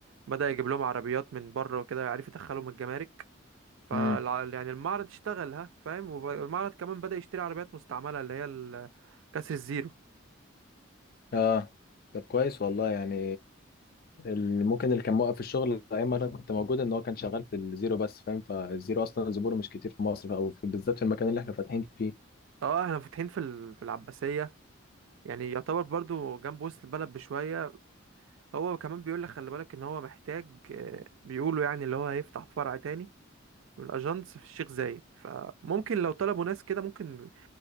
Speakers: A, on the right; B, on the left.
A: بدأ يجيب لهم عربيات من بره وكده يعرف يدخلهم الجمارك فالع...
B: مم.
A: يعني المعرض اشتغل ها فاهم والمعرض كمان بدأ يشتري عربيات مستعملة اللي هي ال- كسر الزيرو
B: اه طب كويس والله يعني ال- ممكن اللي كان موقف الشغل ايام ما انا كنت موجود ان هو كان شغال في الزيرو بس فاهم فالزيرو اصلا زبونه مش كتير في مصر او في- بالذات في المكان اللي احنا فاتحين فيه
A: اه احنا فاتحين في ال... في العباسية يعني يعتبر برضو جنب وسط البلد بشوية هو كمان بيقول لك خلي بالك ان هو محتاج آه، بيقولوا يعني اللي هو هيفتح فرع تاني من الاجانس في الشيخ زايد فممكن لو طلبوا ناس كده ممكن